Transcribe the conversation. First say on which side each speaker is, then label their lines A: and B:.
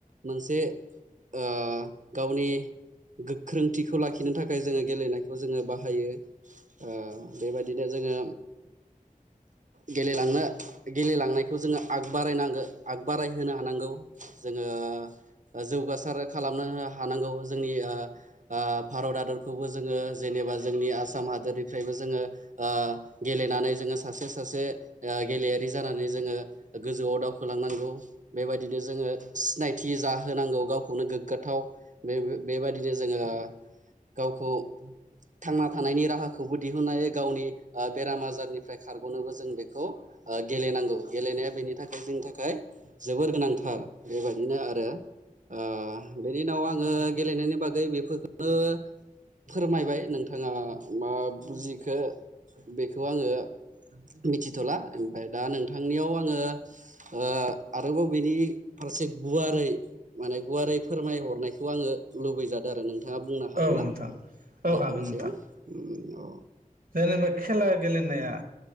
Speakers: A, on the right; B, on the right.
A: मोनसे ओ गावनि गोख्रोंथिखौ लाखि खिनो थाखाय जोङो गेलेनायखौ जोङो बाहायो ओ बेबायदिनो जोङो गेलेलांनो गेलेलांनायखौ जोङो आग बारायनांगो आग बारायहोनो हानांगौ। जोङो जौगा खालामनो हानांगौ जोंनि ओ ओ भारत हादरखौबो जोङो जेनेबा जोंनि आसाम हादोरनिफ्रायबो जोङो ओ गेलेनानै जोङो सासे सासे ओ गेलेयारि जानानै जोङो गोजौआव दावखोलांनांगौ बेबायदिनो जोङो सिनाय थि जाहोनांगौ गावखौनो गोग्गाथाव बे बेबायदिनो जोङो गावखौ थांना थानायनि राहाखौबो दिहुननानै गावनि ओ बेराम आजारनिफ्राय खारग'नोबो जों बेखौ खौ ओ गेलेनांगौ गेलेनाया बेनि थाखाय जोंनि थाखाय जोबोर गोनांथार। बेबायदिनो आरो ओ बेनि उनाव आं आङो गेलेनायनि बागै बेफोरखोनो फोरमायबाय नोंथाङा मा बुजिखो? बेखौ आङो मिथिथ'ला ओमफ्राय दा नोंथांनियाव आङो ओ आरोबाव बेनि फारसे गुवारै माने गुवारै फोरमायहरनायखौ आङो लुबैजादो आरो नोंथाङा बुंनो हागोन
B: औ
A: ना
B: नोंथां औ
A: बेफोरनि
B: हागोन नोंथां
A: सायाव? उम‌ अ।
B: जेनेबा खेला गेलेनाया